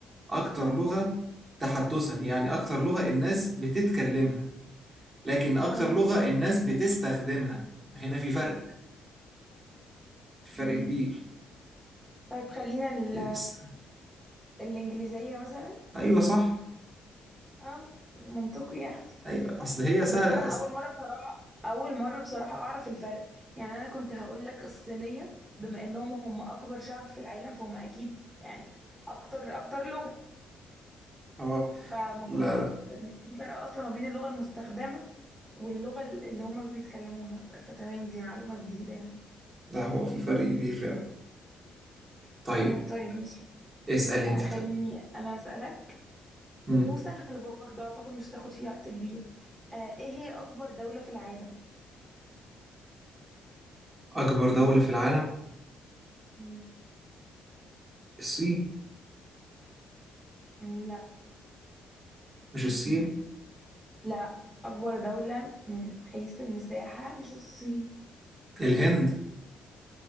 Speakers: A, on the right (about 35°); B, on the right (about 15°).
A: أكتر لغة تحدثا يعني أكتر لغة الناس بتتكلمها لكن أكتر
B: تمام
A: لغة الناس بتستخدمها هنا في فرق في فرق
B: مم.
A: كبير
B: طيب خلينا ال...
A: يس.
B: الإنجليزية مثلا
A: أيوة صح
B: اه منطقي يعني
A: أيوة أصل هي سهلة
B: بس انا اول
A: أصلا
B: مره بصراحه اول مره بصراحه اعرف الفرق يعني انا كنت هقول لك الصينيه بما انهم هم اكبر شعب في العالم فهم اكيد يعني اكتر اكتر لغه
A: أه
B: فما
A: لا
B: كنتش اعرف
A: لا
B: ان في فرق اصلا ما بين اللغه المستخدمه واللغه اللي هم بيتكلموها فتمام دي معلومه جديده يعني
A: لا هو في فرق كبير فعلا طيب
B: آه طيب ماشي
A: اسأل أنت
B: آه خليني
A: طيب
B: انا اسالك
A: مم.
B: وسهل برضو اعتقد مش تاخد فيه وقت كبير آه ايه هي اكبر دوله في العالم
A: أكبر دولة في العالم
B: مم.
A: الصين
B: مم، لا
A: مش الصين
B: لا أكبر دولة من حيث المساحة مش الصين
A: الهند